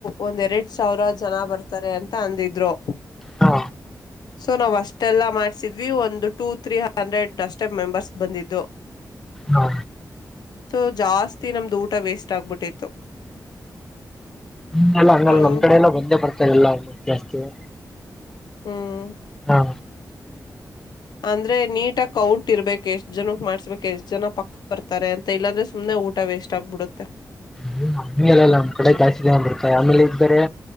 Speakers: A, on the left; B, in the centre.
A: ಒಂದ್ ಎರಡ್ ಸಾವಿರ ಜನ ಬರ್ತಾರೆ ಅಂತ ಅಂದಿದ್ರು.
B: ಹಾ
A: ಸೊ ನಾವ್ ಅಷ್ಟೆಲ್ಲ ಮಾಡ್ಸಿದ್ವಿ ಒಂದು--. ಟು ತ್ರೀ ಹಂಡ್ರೆಡ್ ಅಷ್ಟೆ ಮೆಂಬರ್ಸ್ ಬಂದಿದ್ದು.
B: ಹಾ
A: ಸೊ ಜಾಸ್ತಿ ನಮ್ದು ಊಟ ವೇಸ್ಟ್ ಆಗ್ಬಿಟ್ಟಿತ್ತು.
B: ಅಂಗಲ್ಲ
A: ಹಂಗ್
B: ಅ ನಮ್ ಕಡೆ ಎಲ್ಲ ಬಂದೇ ಬರ್ತಾರೆಲ್ಲ ಅವರು. ಜಾಸ್ತಿ--.
A: ಹ್ಮ್
B: ಆ
A: ಅಂದ್ರೆ ನೀಟಾಗಿ ಕೌಂಟ್ ಇರ್ಬೇಕ್ ಎಷ್ಟ್ ಜನಕ್ ಮಾಡ್ಸ್ಬೇಕ್ ಎಷ್ಟ್ ಜನ ಪಕ್ಕ ಬರ್ತಾರೆ ಅಂತ ಇಲ್ಲಾಂದ್ರೆ ಸುಮ್ನೆ ಊಟ ವೇಸ್ಟ್ ಆಗ್ಬಿಡುತ್ತೆ.
B: ಹ್ಮ ಹಂಗು ಇರಲ್ಲಾ ನಮ್ಮ್ ಕಡೆ ಜಾಸ್ತಿ. <unintelligible> ರೆ